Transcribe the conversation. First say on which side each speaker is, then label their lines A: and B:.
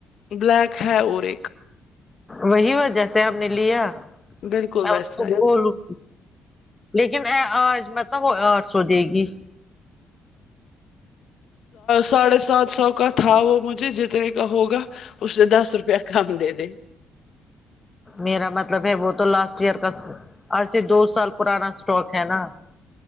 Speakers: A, on the left; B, on the left.
A: بلیک ہے اور ایک
B: وہی وجہ سے ہم نے لیا
A: بالکل
B: میں
A: ویسا
B: اس کو
A: ہے
B: بولوں لیکن آج مت وہ آٹھ سو دے گی
A: ساڑھے سات سو کا تھا وہ مجھے جتنے کا ہوگا اس نے دس روپیہ کم دے دے
B: میرا مطلب ہے وہ تو لاسٹ ایئر کا ای سےے دو سال پرانا اسٹاک ہے نا